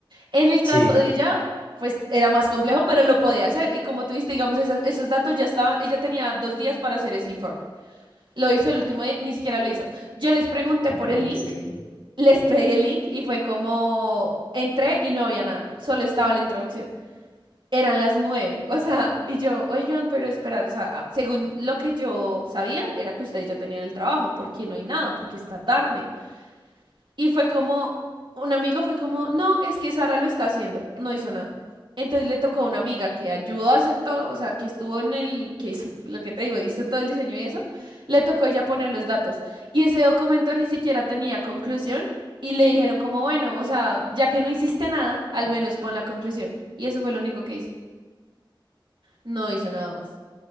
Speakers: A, on the right; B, on the left.
A: En el
B: Sí.
A: caso de ella, pues era más complejo, pero lo podía hacer. Y como tú dijiste, digamos, esas- esos datos ya estaban, ella tenía dos días para hacer ese informe. Lo hizo el último día, ni siquiera lo hizo. Yo les pregunté
B: no
A: por
B: puede
A: el link,
B: ser.
A: les pedí el link y fue como entré y no había nada, solo estaba la introducción. Eran las nueve, o sea, y yo, oigan, pero esperad, o sea, a- según lo que yo sabía, era que ustedes ya tenían el trabajo, porque no hay nada, porque está tarde. Y fue como, un amigo fue como, no, es que Sara lo está haciendo, no hizo nada. Entonces le tocó a una amiga que ayudó a hacer todo, o sea, que estuvo en el, que hizo, lo que te digo, hizo todo el diseño y eso, le tocó a ella poner los datos. Y ese documento ni siquiera tenía conclusión y le dijeron como, bueno, o sea, ya que no hiciste nada, al menos pon la conclusión. Y eso fue lo único que hizo, no hizo nada más.